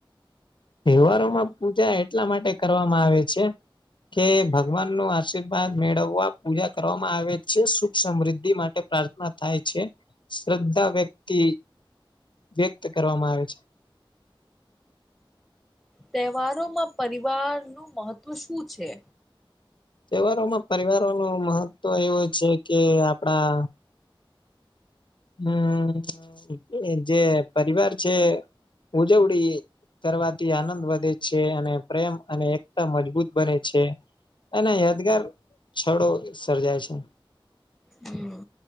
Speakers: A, on the left; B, in the centre.
A: તહેવારોમાં પૂજા એટલા માટે કરવામાં આવે છે. કે ભગવાનનું આશીર્વાદ મેળવવા પૂજા કરવામાં આવે છે સુખ સમૃદ્ધિ માટે. પ્રાર્થના થાય છે શ્રદ્ધા વ્યક્તિ વ્યક્ત કરવામાં આવે છે.
B: તહેવારોમાં પરિવારનું મહત્વ શું છે?
A: તહેવારોમાં પરિવારોનુ મહત્વ એવું છે કે આપડા હમ જે પરિવાર છે ઉજવણી કરવાથી આનંદ વધે છે અને પ્રેમ અને એકતા મજબૂત બને છે. એના યાદગાર છડો સર્જાય છે.
B: હમ.